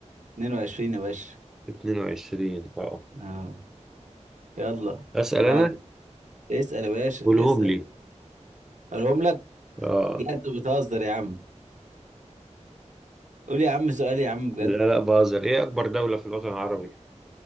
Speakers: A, on the right; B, in the centre.
A: 22 يا باشا
B: 22 آه
A: اه يلا
B: أسأل
A: اللي بعده
B: أنا
A: اسأل يا باشا
B: قولهم
A: اسأل
B: لي
A: اقولهم لك
B: آه
A: لا انت بتهزر يا عم قول يا عم سؤال يا عم بجد
B: لا لا بازر إيه أكبر دولة في الوطن العربي؟